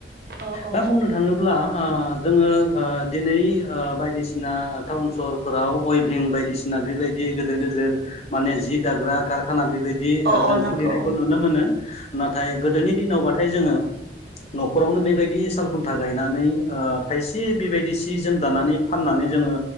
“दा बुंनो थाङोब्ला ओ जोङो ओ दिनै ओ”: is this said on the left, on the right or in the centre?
Left